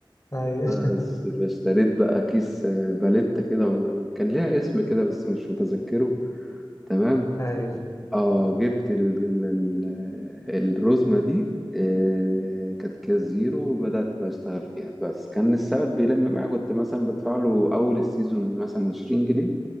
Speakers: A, on the left; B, in the centre.
A: ايوه <laughs>
B: بس فاشتريت بقى كيس آه، باليتا كده ولا كان ليها اسم كده بس مش متذكره تمام
A: ايوه
B: اه جبت ال... ال... ال- الرزمة دي آه، كانت كاس زيرو وبدأت بقى أشتغل فيها بس كان السبت بيلم معايا كنت مثلا بدفع له أول السيزون مثلا 20 جنيه